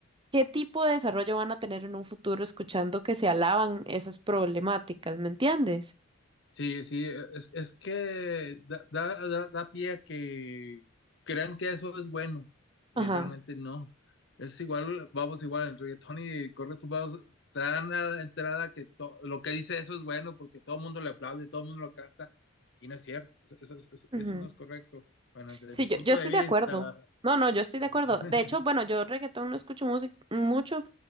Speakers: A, on the right; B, on the left.
A: qué tipo de desarrollo van a tener en un futuro escuchando que se alaban esas problemáticas? ¿Me entiendes?
B: Sí, sí, e, es, es que da, da, da- da pie a que crean que eso es bueno y
A: Ajá.
B: realmente no. Es igual, vamos igual, el reggaetón y corre tu voz tan a la enterada que to- lo que dice eso es bueno porque todo el mundo le aplaude, todo el mundo lo canta y no es cierto, eso, eso- eso-
A: ujú.
B: eso no es correcto. Bueno, desde
A: Sí,
B: mi punto
A: yo, yo estoy
B: de vista,
A: de acuerdo.
B: va.
A: No, no, yo estoy de
B: Sí.
A: acuerdo.
B: <laughs>
A: De hecho, bueno, yo reggaetón no escucho música mucho.